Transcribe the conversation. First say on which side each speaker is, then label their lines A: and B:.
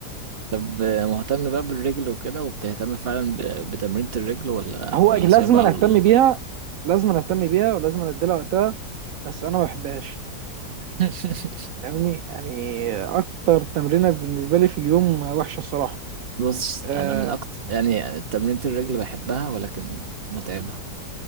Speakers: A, on the right (about 40°); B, on the right (about 70°).
A: طب مهتم بقى بالرجل وكده وبتهتم فعلا ب- بتمرينة الرجل ولا
B: هو
A: ولا
B: لازم
A: سايبها
B: أنا
A: على
B: اهتم
A: الله
B: بيها لازم أنا اهتم بيها ولازم أنا اديلها وقتها بس انا ما بحبهاش
A: <laughs>
B: فاهمني يعني اكتر تمرينه بالنسبه لي في اليوم وحشه الصراحه
A: بص
B: اه
A: انا من اكتر يعني تمرينة الرجل بحبها ولكن متعبة